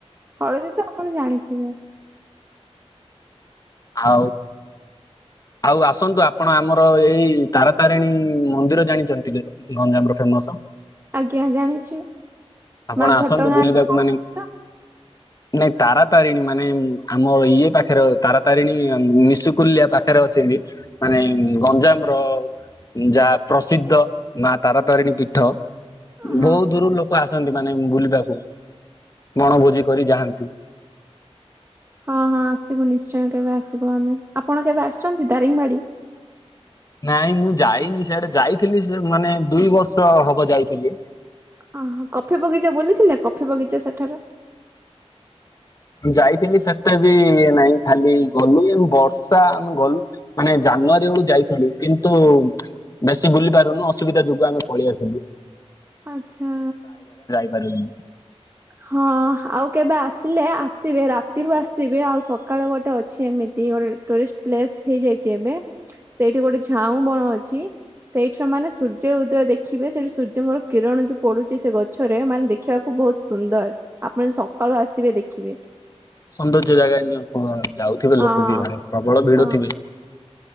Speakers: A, on the right; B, on the left.
A: ହଳଦୀ ତ ଆପଣ ଜାଣିଥିବେ।
B: ଆ? ଆଉ ଆସନ୍ତୁ। ଆପଣ ଆମର ଏଇ ତାରାତାରିଣୀ ମନ୍ଦିର ଜାଣିଛନ୍ତି? ଯେମିତିକି ଗଞ୍ଜାମରେ ଫେମସ
A: ଆଜ୍ଞା ଜାଣିଛି।
B: ଆପଣ
A: ମା
B: ଆସନ୍ତୁ
A: ଘଟଗାଁ
B: ବୁଲିବାକୁ
A: ରୁ କହୁଛନ୍ତି
B: ମାନେ
A: ତ
B: ନାଇଁ ତାରାତାରିଣୀ ମାନେ ଆମର ଇଏ ପାଖରେ ତାରାତାରିଣୀ ନିଶୁକୁଲିଆ ପାଖରେ ଅଛି। ମାନେ ଗଞ୍ଜାମ ର ଯାହା ପ୍ରସିଦ୍ଧ ମା ତାରାତାରିଣୀ ପୀଠ
A: ହଁ।
B: ବହୁ ଦୂରରୁ ଲୋକ ଆସ ମାନେ ବୁଲିବାକୁ ବଣଭୋଜି କରି ଯାଆନ୍ତି।
A: ହଁ ହଁ ଆସିବୁ ନିଶ୍ଚୟ କେବେ ଆସିବ ଆମେ ଆପଣ କେବେ ଆସିଛନ୍ତି ଦାରିଙ୍ଗବାଡି?
B: ନାଇଁ ମୁଁ ଯାଇନି ସିଆଡେ ଯାଇଥିଲି ସେ ମାନେ ଦୁଇ ବର୍ଷ ହବ ଯାଇଥିଲି।
A: ଅହ କଫି ବଗିଚା ବୁଲିଥିଲେ କଫି ବଗିଚା ସେଠାର?
B: ଯାଇଥିଲି ସେଟା ବି ନାଇଁ ଖାଲି ଗଲୁ ବର୍ଷା ଆମେ ଗଲୁ ମାନେ ଯା ଜାନୁଆରୀ ବେଳୁ ଯାଇଥିଲୁ କିନ୍ତୁ ବେଶୀ ବୁଲି ପାରୁନୁ ଅସୁବିଧା ଯୋଗୁ ଆମେ ପଳେଇ ଆସିଲୁ।
A: ଆଛା।
B: ମେରୁନ୍
A: ହଁ ଆଉ କେବେ ଆସିଲେ ଆସିବେ ରାତିରୁ ଆସିବେ ଆଉ ସକାଳୁ ଗୋଟେ ଅଛି ଏମିତି ଗୋଟେ ଟୁରିଷ୍ଟ ପ୍ଲେସ ହେଇଯାଇଛି ଏବେ ସେଇଠି ଗୋଟେ ଝାଉଁ ବଣ ଅଛି। ସେଇଠୁ ମାନେ ସୂର୍ଯ୍ୟ ଉଦୟ ଦେଖ୍ ଦେଖିବେ ସେଠି ସୂର୍ଯ୍ୟଙ୍କର କିରଣ ଯୋଉ ପଡୁଛି ସେ ଗଛରେ ମାନେ ଦେଖିବାକୁ ବହୁତ ସୁନ୍ଦର ଆପଣ ସକାଳୁ ଆସିବେ ଦେଖିବେ।
B: ସୌନ୍ଦର୍ଯ୍ୟ ଜାଗା ନି କଣ ଯାଉଛି ଥିବେ ଲୋକ
A: ହଁ
B: ବି ଘରେ ପ୍ରବଳ ଭିଡ
A: ହଁ
B: ଥିବେ